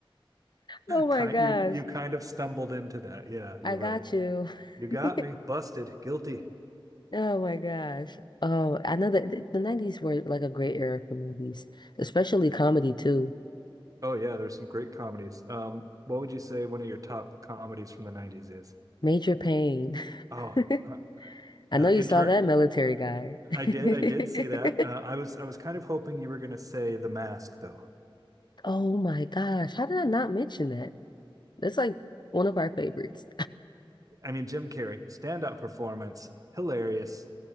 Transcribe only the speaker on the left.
Oh my
gosh.
I got
you.
<laughs>
Oh my gosh. Oh, I know that the the 90s were like a great era for movies, especially comedy too.
Major Pain.
<laughs>
I
know you
saw that military guy. <laughs>
Oh my gosh. How did I not mention that? That's like one of our favorites.